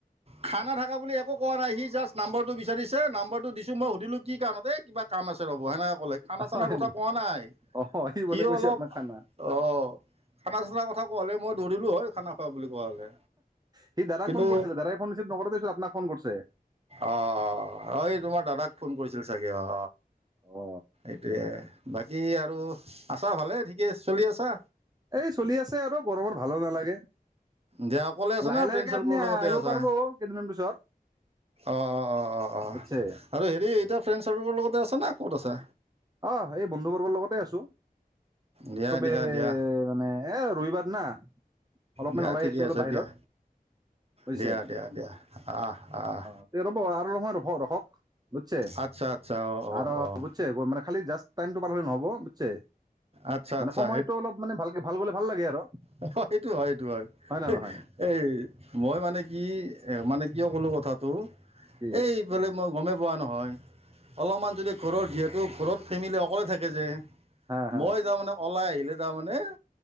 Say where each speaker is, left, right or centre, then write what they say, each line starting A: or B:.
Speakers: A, on the right (about 40°); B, on the right (about 25°).
A: খানা থাকা বুলি একো কোৱা নাই সি জাষ্ট নাম্বৰটো বিচাৰিছে নাম্বৰটো দিছো মই সুধিলো কি কাৰণতে কিবা কাম আছে ৰ'ব হেনে খানা
B: অ
A: চানা
B: হয়
A: কথা
B: নেকি
A: ক নাই
B: অ
A: সি
B: বোলে কৈছে
A: অলপ
B: আপোনাক খানা
A: অ খানা চানাৰ কথা কোৱা হ'লে মই দৌৰিলো হয় খানা খোৱা বুলি কোৱা হ'লে
B: সি দাদাক
A: কিন্তু
B: ফোন কৰিছিলে দাদাই ফোন ৰিচিভ নকৰোতে পিছত আপোনাক ফোন কৰিছে
A: অ অ অ এই তোমাৰ দাদাক ফোন কৰিছিল চাগে অ
B: অ
A: এইটোৱে বাকী কি আৰু আছা ভালে ঠিকে চলি আছা
B: এই চলি আছে আৰু গৰমৰ ভালো নালাগে
A: দিয়া অকলে আছে
B: লাহে
A: না
B: লাহেকে
A: ফ্ৰেণ্ড চাৰ্কলৰ
B: আপুনি
A: লগতে
B: আহিব
A: আছো
B: পাৰিব কেইদিনমান পিছত
A: অ অ অ অ অ
B: বুজিছে
A: আৰু হেৰি এতিয়া ফ্ৰেণ্ড চাৰ্কলৰ লগতে আছে না ক'ত আছে
B: অ সে বন্ধু বৰ্গৰ লগতে আছো
A: দিয়া
B: চবে
A: দিয়া দিয়া
B: মানে এ ৰবিবাৰ না অলপমান
A: দিয়া
B: ওলাই
A: ঠিকে
B: আহিছো অলপ
A: আছে
B: বাহিৰত
A: দিয়া
B: বহিছে
A: দিয়া দিয়া দিয়া আহ আহ
B: অ তেতিয়া হা'ব অলপ মান ৰখক বুজছে
A: আচ্ছা আচ্ছা অঁ অঁ
B: আৰু
A: অঁ
B: বুজছে খালি জাষ্ট টাইমটো পাৰ হলে নহ'ব চে
A: আচ্ছা
B: মানে
A: আচ্ছা
B: সময়তটো অলপ মানে ভালকে ভাল গলে ভাল লাগে আৰু
A: অ সেইটো হয় এইটো হয়
B: নে নহয়
A: এই মই মানে কি এ মানে কিয় ক'লো কথাটো
B: কি
A: এইফলে মই গমে পোৱা নহয় অলপমান যদি ঘৰৰ যিহেতু ঘৰত ফেমিলি অকলে থাকে যে
B: হা হা
A: মই তাৰমানে ওলাই আহি দে তাৰ মানে